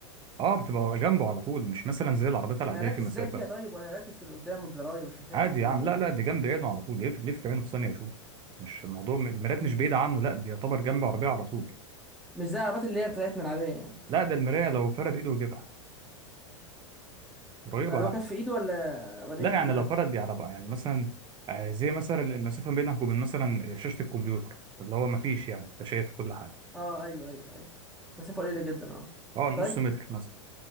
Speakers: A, on the right; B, in the centre.
A: اه بتبقى جنبه على طول مش مثلا زي العربيات
B: طب
A: العادية
B: هيركز
A: في مسافة
B: ازاي فيها طيب ولا هيركز في اللي قدامه والزراير والشاشات
A: عادي
B: والحاجات
A: يا عم
B: اللي
A: لا
B: قدامه
A: لا دي جنب عينه على طول يلف لف عينه في ثانية يشوف مش الموضوع المرايات مش بعيدة عنه لا دي يعتبر جنب عربية على طول
B: مش زي العربيات اللي هي بتاعتنا العاديه يعني
A: لا ده المراية لو فرد ايده يجيبها قريبة
B: اللي
A: يعني
B: هو كف ايده ولا ولا
A: لا
B: ايده
A: يعني
B: كلها
A: لو فرد دي عربية يعني مثلا آه، زي مثلا المسافة بينك وبين مثلا شاشة الكمبيوتر اللي هو مفيش يعني انت شايف كل حاجة
B: اه ايوه ايوه ايوه مسافه قليله جدا اه
A: اه نص
B: طيب
A: متر مثلا